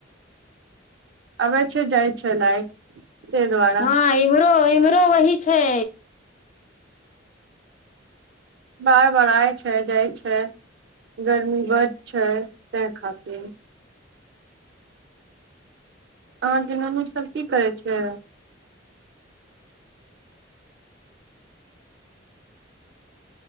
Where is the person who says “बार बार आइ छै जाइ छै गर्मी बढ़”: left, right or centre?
Right